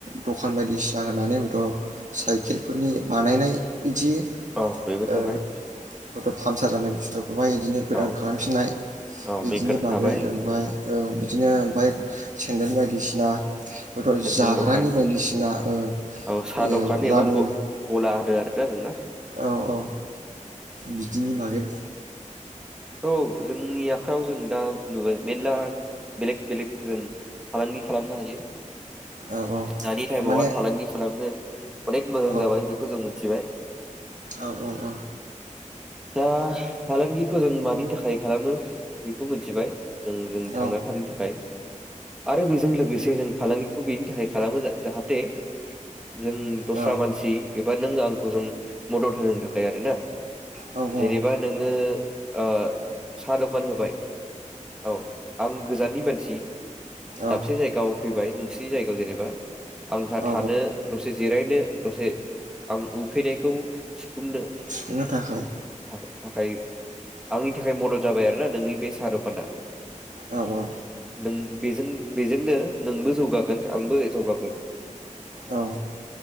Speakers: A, on the right; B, in the centre.
A: दखान बायदिसिना होनानै बाबोथ साइकेलफोरनि बानायनाय। बिदि
B: औ बेबो थाबाय
A: ओ हथ फामसार जानाय। बहाय बिदिनो गोदान
B: औ
A: खालामफिननाय
B: औ
A: बिदिनि
B: मेकार
A: बागै
B: थाबाय
A: ओमफाय। औ बिदिनो ओमफ्राय सेन्देल बायदिसिना। हयथ'
B: सेन्देल
A: जाग्रानि
B: दखान
A: बायदिसिना ओ
B: औ साहा
A: ओ
B: दखान
A: लादु
B: एबा ग गला होनो आरोना नोंना।
A: औ-औ बिदिनि बागै।
B: थ' जोंनि आखायाव जों दा नुुबाय मेल्ला बेलेग-बेलेग जों फालांगि खालामनो हायो।
A: औ औ
B: दानि टाइमाव
A: माने
B: आरो फालांगि खालामनो अनेक मोजां
A: औ औ
B: जाबाय बेखौ जों मोनथिबाय।
A: औ औ-औ।
B: दा फलांगि। खो जों मानि थाखाय खालामो बेखौ मिथिबाय। जों-जों थांना
A: औ
B: थानायनि थाखाय आरो बेजों लोगोसे जों। फालांगिखौ बेनि थाखाय खालामो जाहाथे। जों दस्रा
A: औ
B: मानसि। बाद नों आंखौ जों मदद होनो थाखाय आरो ना।
A: औ औ
B: जेनेबा नोङो। आ। साहा दखान होबाय औ आं। गोजाननि मानसि।
A: औ
B: दाबसे जायगाव। फैबाय नोंसिनि जायगायाव जेनेबा। आंहा
A: औ
B: थानो दसे जिरायनो। दसे आं उखैनायखौ सुफुंनो
A: सुफुंनो थाखाय।
B: थाखाय आंनि थाखाय मदद जाबाय आरोना नोंनि बे साहा दखाना।
A: औ औ।
B: नों बेजों बेजोंनो नोंबो जौगागोन आंबो जौगागोन।
A: औ